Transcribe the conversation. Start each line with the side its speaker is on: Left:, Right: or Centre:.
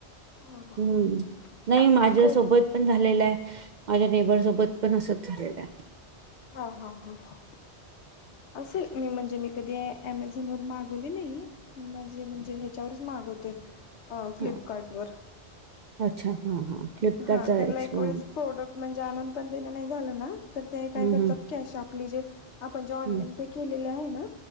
Left: हा हा हा.
Right: हम्म नाइ
Left: मी
Right: माझ्या
Left: कर
Right: सोबत पण झालेलंय. माझ्या नेबर सोबत पण असच झालेलंय.
Left: हा हा हा असेल मी म्हणजे मी कधी अमेझॉन व मागवले नाही मी माझे म्हणजे ह्याच्यावरच मागवते फ्लिपकार्टवर
Right: हा अच्छा हा हा फ्लिपकार्टचा
Left: हा त्यांला
Right: एक्सपिरियन्स
Left: एक वेळेस प्रोडक्ट म्हणजे आणून पण देण नाही झालं ना तर ते काय
Right: हम्म
Left: करतात
Right: हम्म.
Left: कॅश आपली जे आपण जे ऑनलाईन
Right: हम्म
Left: पे केलेले आहे ना